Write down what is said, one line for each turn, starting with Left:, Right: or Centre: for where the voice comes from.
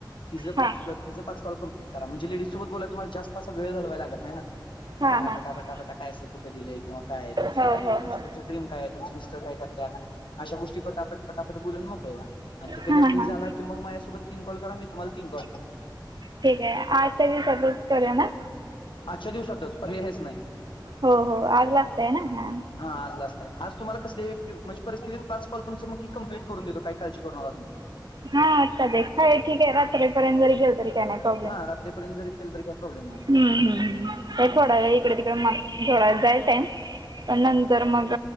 Left: तिज
Right: हां
Left: पाच, तिज पाच कॉल कम्प्लीट करा, म्हणजे लेडीज सोबत बोलायला, तुम्हाला जास्त असा वेळ घालवायला लागत नाही ना,
Right: हां
Left: पटापटा,
Right: हां हां
Left: पटापटा काय असल कुठं दिले, किंवा काय, तुमचं
Right: हो
Left: काय,
Right: हो
Left: म्हणजे
Right: हो
Left: तुमचं ड्रीम काय आहे, तुमचं मिस्टर काय करत्यात? अशा गोष्टी पटापट, पटापट बोलून मोकळ व्हा, आन तिकडनं
Right: हां
Left: फ्री
Right: हां
Left: झाला की मग, माझ्यासोबत तीन कॉल करा, मी तुम्हाला तीन कॉल कर
Right: ठीक हाय, आजच्या दिवसातच करूया ना?
Left: आजच्या दिवसातच, पर्यायच नाही
Right: हो, हो आज लास्ट हाय ना, हा
Left: हा, आज लास्ट हाय, आज तुम्हाला कसली व्यक् म्हणजे परिस्थितीत, पाच कॉल तुमचं मकी कम्प्लीट करून देतो, काय काळजी करू नका तुम्ही.
Right: हा चालेल, हाय ठीक आहे, रात्रीपर्यंत जरी केल तरी काय नाय कम्पलेट,
Left: हा रात्रीपर्यंत जरी केलं तरी काही प्रॉब्लेम
Right: हंम, हंम, हं,
Left: नाही
Right: काय थोडा वेळ इकडं, तिकडं <unintelligible> थोडाच हाय टाइम, पण नंतर मग,